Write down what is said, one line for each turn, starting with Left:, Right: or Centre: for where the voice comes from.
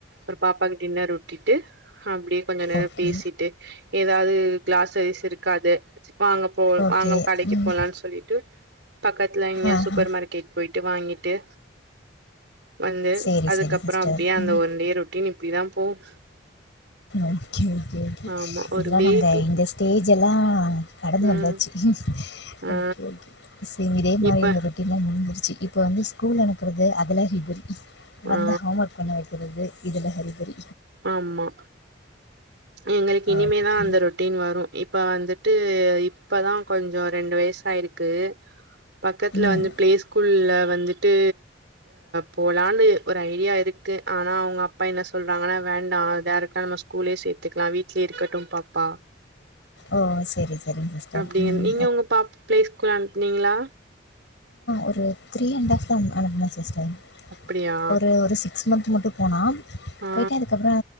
Right: அ பாப்பாக்கு டின்னர் ஊட்டி ட்டு அப்டியே கொஞ்ச நேரம்
Left: ஓகே,
Right: பேசிட்டு ஏதாது கிளாசரிஸ் இருக்காது வாங்க போவோ
Left: ஓகே.
Right: வாங்க கடைக்கு
Left: ம்.
Right: போலாம்னு சொல்லிட்டு பக்கத்துல இங்யா
Left: ஆஹா.
Right: சூப்பர் மார்க்கெட் போய்ட்டு வாங்கிட்டு வந்து
Left: சரி,
Right: அதுக்கப்புறம்
Left: சரி சிஸ்டர்.
Right: அப்டியே அந்த
Left: ம்.
Right: ஒனா டே ரொட்டீன் இப்டி தான் போவும்
Left: ஓகே ஓகே ஓகே
Right: ஆமா ஒரு
Left: இதெல்லாம்
Right: பேபி
Left: நாங்க இந்த ஸ்டேஜ்யெல்லா கடந்து
Right: ம்
Left: வந்தாச்சு
Right: ஆ
Left: ஓகே ஓகே சரி இதே மாரி
Right: இப்ப
Left: ஒரு இதல்லாம் முடிஞ்சருச்சு இப்ப வந்து ஸ்கூல் அனுப்புறது அதுலாம் <inaudible>
Right: ஆ
Left: வந்தா ஹோம் ஒர்க் பண்ண வைக்கிறது இதுல ஹரிபறி
Right: ஆமா எங்களுக்கு இனிமேதான்
Left: ஓகே.
Right: அந்த ரொட்டீன் வரும் இப்ப வந்துட்டு இப்பதா கொஞ்சோ ரெண்டு வயசாயிருக்கு பக்கத்துல
Left: ம்.
Right: வந்து பிளே ஸ்கூல்ல வந்துட்டு போலானு ஒரு ஐடியா இருக்கு ஆனா அவங்க அப்பா என்ன சொல்றாங்கனா வேண்டா டேரக்டா நம்ம ஸ்கூலே சேத்துக்கலா வீட்லயே இருக்கட்டு பாப்பா
Left: ஓ சேரி சேரிங் சிஸ்டர்
Right: அப்டின்னு
Left: உம்
Right: நீங்க உங்க பாப் பிளே ஸ்கூல் அனுப்னீங்களா
Left: ஒரு த்ரீ அண்ட்ப் தா அனுப்னே சிஸ்டர்
Right: அப்டியா
Left: ஒரு சிக் சிகஸ் மந்த் முட்டு போனா
Right: ஆ
Left: போயிட்டு அதுக்கப்றோ